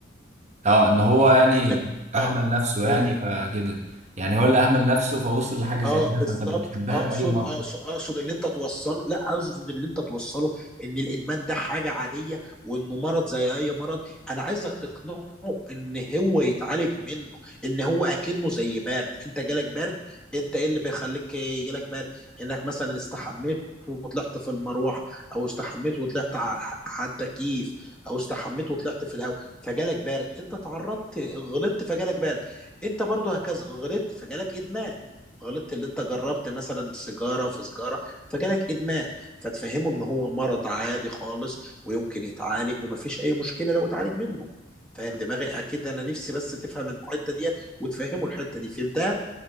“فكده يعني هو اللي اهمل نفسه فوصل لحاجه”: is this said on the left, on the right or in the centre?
Right